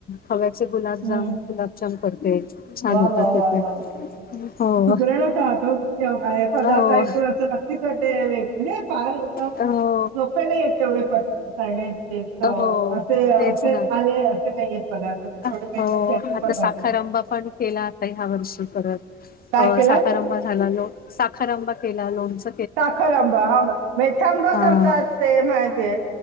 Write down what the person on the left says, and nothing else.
खव्याचे गुलाबजाम,
गुलाबजाम करते छान
होतात
ते पण
हो
हो
हो
हो
तेच ना
हो
आता,
साखर
अंबा पण केला आता ह्या वर्षी परत,
साखर आंबा झाला लो साखर आंबा केला. लोणच
हां.